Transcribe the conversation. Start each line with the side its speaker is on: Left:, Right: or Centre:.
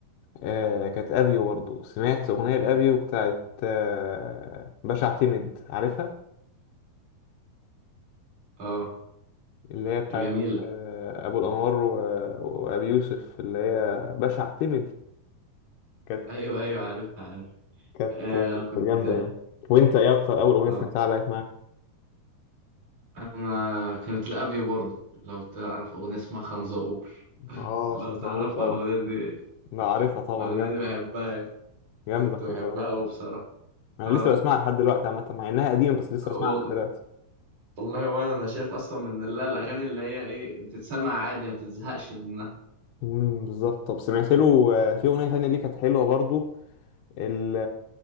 Left: آه كانت ابيو برضه سمعت اغنيه لابيو بتاعت آه باشا اعتمد عارفها
Right: اه
Left: اللي هي بتاعت
Right: جميله
Left: آه ابو الانوار و- وابي يوسف اللي هي باشا اعتمد كانت
Right: ايوه ايوه عارف عارف
Left: كانت
Right: آه،
Left: كانت
Right: انا كنت
Left: جامده يعني وانت ايه اكتر اول اغنيه
Right: اه
Left: سمعتها علقت معاك
Right: انا كانت لابيو برضه لو تعرف اغنيه اسمها خنزقور
Left: اه
Right: لو
Left: خمسة
Right: تعرفها
Left: عروس طبعا
Right: الاغنيه دي
Left: لا عارفها طبعا
Right: الاغنيه
Left: جامده
Right: دي بحبها يعني.
Left: جامده
Right: كنت
Left: خمسة
Right: بحبها
Left: عروس
Right: قوي بصراحه
Left: انا
Right: اه
Left: لسه بسمعها لحد دلوقتي عامه مع انها قديمه بس لسه بسمعها
Right: وال-
Left: لحد دلوقتي
Right: والله وانا انا شايف اصلا من اللي الاغاني اللي هي ايه بتتسمع عادي ما بتتزهقش منها
Left: امم بالظبط طب سمعت له آه، في اغنيه تانية ليه كانت حلوه برضو ال-